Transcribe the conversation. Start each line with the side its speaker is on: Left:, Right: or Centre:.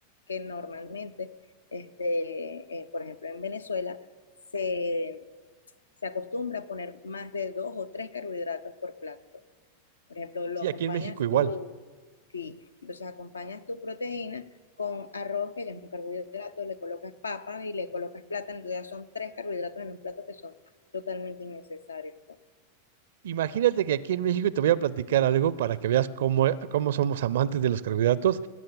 Left: que normalmente, este, eh, por ejemplo, en Venezuela se, se acostumbra a poner más de dos o tres carbohidratos por plato. Por ejemplo, lo
Right: Sí,
Left: acompañas
Right: aquí en México igual.
Left: tú, sí, entonces acompañas tu proteína con arroz, que ya es un carbohidrato, le colocas papa y le colocas plátano, entonces ya son tres carbohidratos en un plato que son totalmente innecesarios. pues.
Right: Imagínate que aquí en México te voy a platicar algo para que veas cómo, cómo somos amantes de los carbohidratos.